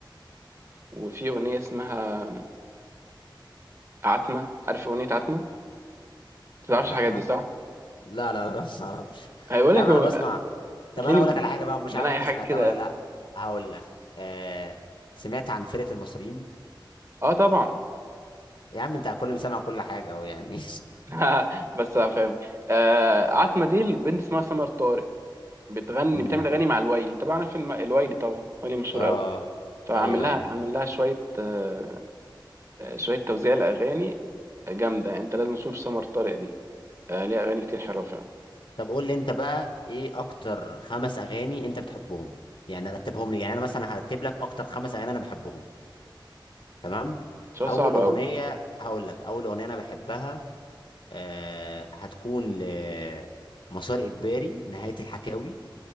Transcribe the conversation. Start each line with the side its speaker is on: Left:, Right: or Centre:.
Right: وفي أغنية اسمها عتمة عارف أغنية عتمة؟ ما تعرفش
Left: عتمة
Right: الحاجات دي صح؟
Left: لا لا لا لا، ما اعرفش
Right: هيقول
Left: يا
Right: لك
Left: عم
Right: هو-
Left: انا بسمع طب
Right: هتلاقيني
Left: انا اقول لك على حاجة بقى مش
Right: بنقي
Left: عارف انت
Right: حاجة
Left: سمعتها
Right: كده
Left: ولا لا هقول لك آه سمعت عن فرقة المصريين
Right: اه طبعا
Left: يا عم انت كل مسمع كل حاجة أهو يعني
Right: <laughs> بس هفهمك آه عتمة دي البنت اسمها سمر طارق بتغني
Left: <laughs>
Right: بتعمل أغاني مع الوايلي طبعا عارف الم- الوايلي طبعا وايلي مشهور
Left: اه
Right: قوي فعامل
Left: ايوه
Right: لها
Left: ايوه
Right: عامل لها شوية آه آه، شوية توزيع لأغاني جامدة انت لازم تشوف سمر طارق دي آه ليها أغاني كتير حلوة فعلا
Left: طب قول لي انت بقى ايه اكتر خمس اغاني انت بتحبهم يعني رتبهم لي يعني انا مثلا هرتب لك اكتر خمس اغاني انا بحبهم تمام
Right: شوية
Left: اول
Right: صعبة
Left: اغنيه
Right: قوي
Left: هقول لك اول اغنيه انا بحبها آه هتكون لمسار اجباري نهايه الحكاوي